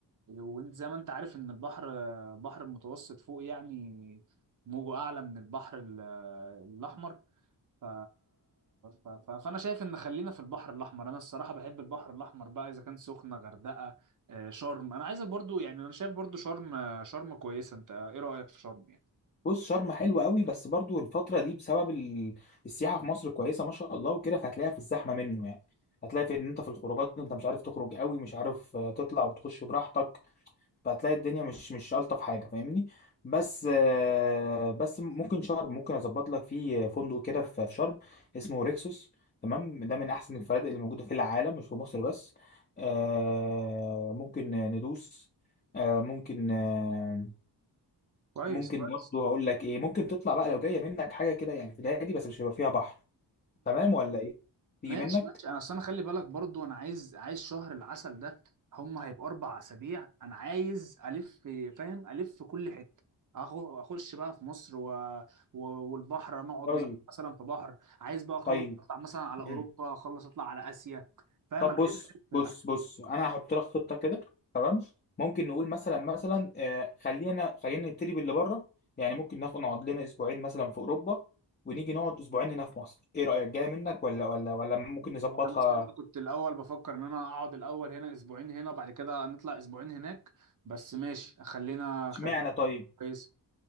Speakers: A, on the right; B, on the left.
A: وانت زي ما انت عارف ان البحر بحر المتوسط فوق يعني موجه اعلى من البحر ال- الاحمر ف... ف... ف... فانا شايف ان خلينا في البحر الاحمر انا الصراحه بحب البحر الاحمر بقى اذا كان سخنه غردقه آه، شرم انا عايزك برضو يعني انا شايف برضو شرم آه، شرم كويسه انت ايه رايك في شرم يعني
B: بص شرم حلوة قوي بس برضو الفترة دي بسبب ال- السياحة في مصر كويسة ما شاء الله وكده فهتلاقيها في الزحمة منه يعني هتلاقي في ان انت في الخروجات انت مش عارف تخرج قوي مش عارف آه، تطلع وتخش براحتك فهتلاقي الدنيا مش مش الطف حاجه فاهمني بس آه، بس ممكن شرم ممكن اظبط لك فيه فندق كده في في شرم اسمه ريكسوس تمام ده من احسن الفنادق اللي موجوده في العالم مش في مصر بس آه، ممكن ندوس آه، ممكن آه،
A: كويس
B: ممكن
A: كويس
B: برضه هقول لك ايه ممكن تطلع بقى لو جايه منك حاجه كده يعني في الهادي بس مش هيبقى فيها بحر تمام ولا ايه تيجي
A: ماشي
B: منك
A: ماشي انا اصل انا خلي بالك برضو انا عايز عايز شهر العسل ده هم هيبقى اربع اسابيع انا عايز الف فاهم الف في كل حته أخو- اخش بقى في مصر و... و... والبحر نقعد
B: طيب
A: مثلا في بحر عايز بقى اخلص
B: طيب
A: اطلع مثلا على
B: مم.
A: اوروبا اخلص اطلع على اسيا فاهم
B: طب
A: انا
B: بص
A: عايز الف
B: بص
A: لا،
B: بص انا هحط لك خطه كده تمام ممكن نقول مثلا مثلا آه، خلينا خلينا نبتدي باللي بره يعني ممكن ناخد نقعد لنا اسبوعين مثلا في اوروبا ونيجي نقعد اسبوعين هنا في مصر ايه رايك جايه منك ولا ولا ولا ممكن نظبطها
A: انا الصراحه كنت الاول بفكر ان انا اقعد الاول هنا اسبوعين هنا وبعد كده نطلع اسبوعين هناك بس ماشي خلينا
B: اشمعنى
A: خد...
B: طيب
A: كويس